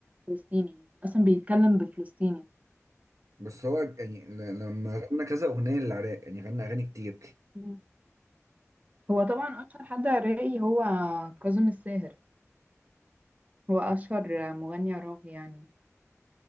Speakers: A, on the right; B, on the right.
A: فلسطيني يعني، أصلا بيتكلم بفلسطيني
B: بس هو يعني ل- لما غنى كذا أغنية للعراق يعني غنى أغاني كتير
A: مم. هو طبعا أشهر حد عراقي هو كاظم الساهر هو أشهر مغني عراقي يعني